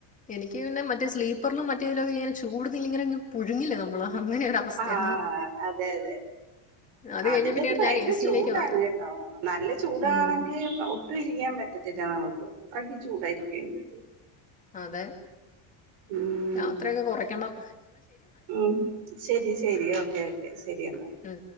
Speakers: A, on the left; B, on the right.
A: എനിക്ക് പിന്നെ മറ്റേ സ്ലീപ്പറിലും മറ്റേതിലൊക്കെ ഇങ്ങനെ ചൂടുന്ന് ഇങ്ങനെ പുഴുങ്ങില്ലേ നമ്മള് അങ്ങനെ ഒരു അവസ്ഥയാണ്
B: അ ആഹ് അതെ അതെ
A: അത്
B: അതിന്റെ
A: കഴിഞ്ഞ പിന്നെയാണ്
B: അകത്ത് ഭയങ്കര
A: ഞാൻ എ സിയിലേക്ക്
B: ചൂടാണ്
A: മാറി
B: കേട്ടോ നല്ല ചൂടാണെങ്കി
A: ഉം
B: ഒട്ടും ഇരിക്കാൻ പറ്റ് <unintelligible> ചൂടായിരിക്കു അയ്ന്റകത്ത്
A: അതെ
B: ഉം
A: യാത്രയൊക്കെ കൊറക്കണം
B: ഉം ശരി ശരി ഓക്കെ ഓക്കെ ശരി എന്നാ
A: ഉം